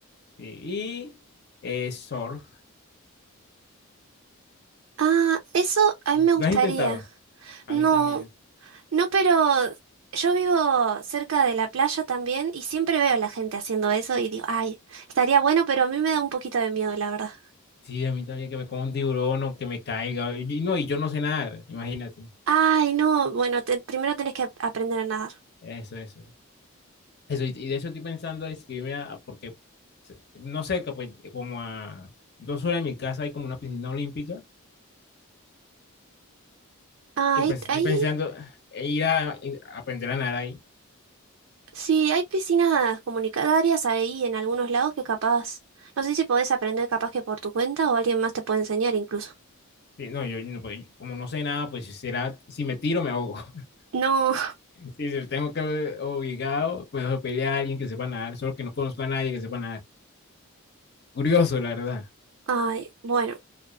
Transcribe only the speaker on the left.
¿sí? y eh, surf,
¿lo has intentado? A
mí también,
sí, a mí también, que me coma un tiburón o que me caiga, y, y no, y yo no sé nadar, imagínate,
eso, eso, eso, y, y de eso estoy pensando inscribirme, a- a- porque, se- no cerca, pues, como a dos horas de mi casa hay como una piscina olímpica,
Y
pues estoy
pensando en ir a, en aprender a nadar ahí.
Sí, no, yo no, porque como no sé nada, pues si será, si me tiro, me ahogo. <laughs>
Sí, Si tengo que obligado, me voy a pedirle a alguien que sepa nadar, solo que no conozco a nadie que sepa nadar. Curioso, la verdad.